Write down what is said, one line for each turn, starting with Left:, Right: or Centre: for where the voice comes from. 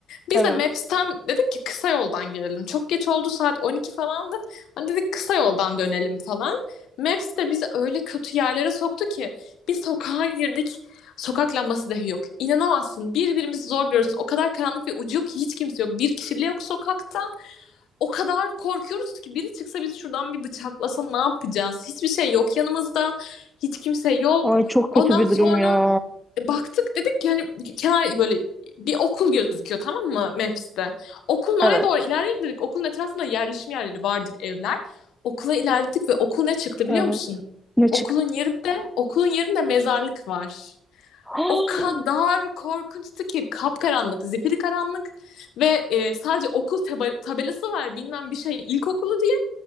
Left: Biz
Centre: Evet.
Left: de Maps'ten dedik ki kısa yoldan gelelim. Çok geç oldu saat 12 falandı. Hani dedik kısa yoldan dönelim falan. Maps de bizi öyle kötü yerlere soktu ki bir sokağa girdik. Sokak lambası dahi yok. İnanamazsın. Birbirimizi zor görürüz. O kadar karanlık ve ucu yok ki hiç kimse yok. Bir kişi bile yok sokakta. O kadar korkuyoruz ki biri çıksa bizi şuradan bir bıçaklasa ne yapacağız? Hiçbir şey yok yanımızda. Hiç kimse yok.
Centre: Ay çok
Left: Ondan
Centre: kötü bir
Left: sonra
Centre: durum ya.
Left: e, Baktık dedik ki hani kenar böyle bir okul gözüküyor tamam mı Maps'te. Okulun
Centre: Evet,
Left: oraya doğru ilerleyelim dedik. Okulun etrafında yerleşim yerleri vardır evler. Okula ilerledik ve okul ne çıktı
Centre: evet.
Left: biliyor musun?
Centre: Ne çıktı?
Left: Okulun yerinde, okulun yerinde mezarlık var.
Centre: <gasps>
Left: O kadar korkunçtu ki kapkaranlık, zifiri karanlık ve e, sadece okul teba- tabelası var bilmem bir şey ilkokulu